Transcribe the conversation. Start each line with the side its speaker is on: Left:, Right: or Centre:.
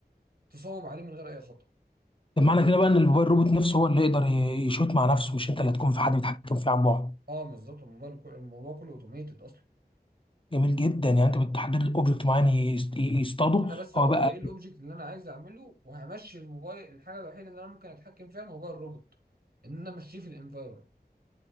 Right: تصوب عليه من غير اي خطأ
Left: طب معنى كده بقى ان الموبايل روبوت نفسه هو اللي يقدر ي- يشوت مع نفسه مش انت اللي هتكون في حد بيتحكم فيه عن بعد
Right: اه بالظبط الموبايل كو- الموضوع كله اوتوميتد اصلا
Left: جميل جدا يعني انت بتحدد الاوبجكت معين ي- ي- يصطاده
Right: انا بس
Left: هو
Right: هقول
Left: بقى
Right: له ايه الاوبجكت اللي انا عايز اعمله وهمشي الموبايل الحاجه الوحيده اللي انا ممكن اتحكم فيها الموبايل روبوت ان انا امشيه في الانفايرمنت